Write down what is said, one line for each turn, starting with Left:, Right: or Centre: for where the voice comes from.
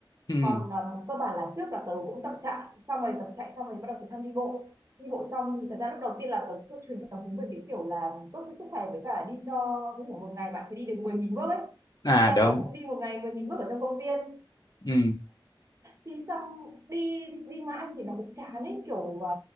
Left: ừ.
Right: còn um, cơ bản là trước là tớ cũng tập chạy xong rồi tập chạy xong rồi bắt đầu tớ sang đi bộ đi bộ xong thì thật ra lúc đầu tiên là tớ cứ truyền cảm hứng về cái kiểu là tốt cho sức khỏe với cả đi cho ví dụ một ngày bạn phải đi được 10.000 bước ấy
Left: à
Right: thế là
Left: đúng
Right: tớ cũng đi một ngày 10.000 bước ở trong công viên
Left: ừ.
Right: thì xong đi đi mà ăn thì nó cũng chán ấy kiểu ờ,